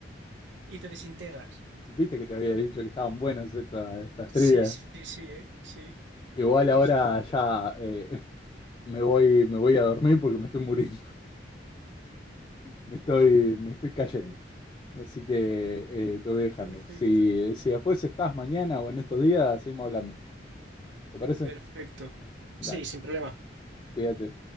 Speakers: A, on the right; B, on the left.
A: y te desintegras.
B: <laughs> Viste que te había dicho que estaban buenas esta- estas
A: Sí,
B: trivias.
A: sí, sí, eh, sí,
B: Igual
A: me
B: ahora
A: ha gustado.
B: ya eh, me voy, me voy a dormir porque me estoy muriendo. <laughs> Me estoy, me estoy cayendo.
A: Eh,
B: Así que eh, te voy dejando.
A: Perfecto,
B: Si, si después estás mañana o en estos días, seguimos hablando. ¿Te parece?
A: perfecto.
B: Dale,
A: Sí, sin problema.
B: cuídate.